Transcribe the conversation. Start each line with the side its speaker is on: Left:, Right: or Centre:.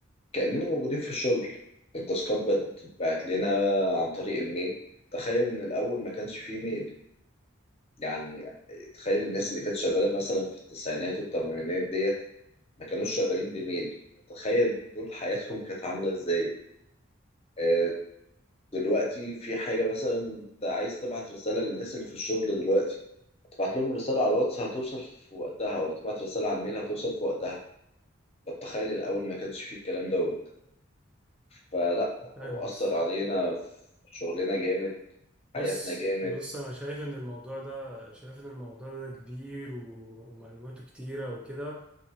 Left: كأننا موجودين في الشغل التاسكات بت- بتتبعت لنا عن طريق الميل تخيل إن الأول ما كانش فيه ميل يعني تخيل الناس اللي كانت شغالة مثلا في التسعينات والثمانينات ديت ما كانوش شغالين بميل تخيل دول حياتهم كانت عاملة ازاي آه، دلوقتي في حاجة مثلا انت عايز تبعت رسالة للناس اللي في الشغل دلوقتي هتبعت لهم رسالة على الواتس هتوصل في وقتها وهتبعت رسالة على الميل هتوصل في وقتها طب تخيل الأول ما كانش فيه الكلام دوت فلا
Centre: فاهم
Left: هو أثر
Centre: قصدك
Left: علينا في شغلنا جامد حياتنا
Centre: بص
Left: جامد
Centre: بص انا شايف ان الموضوع ده شايف ان الموضوع ده كبير و- ومعلوماته كتيره وكده